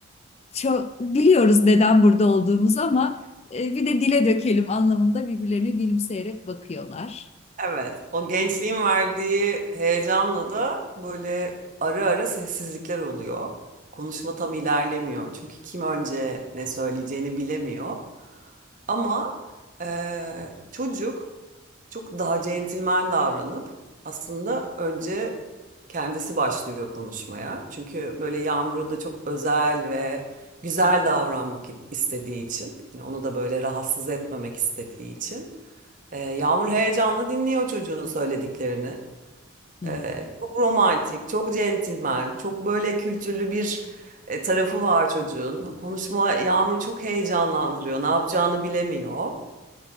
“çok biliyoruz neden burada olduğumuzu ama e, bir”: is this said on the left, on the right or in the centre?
Left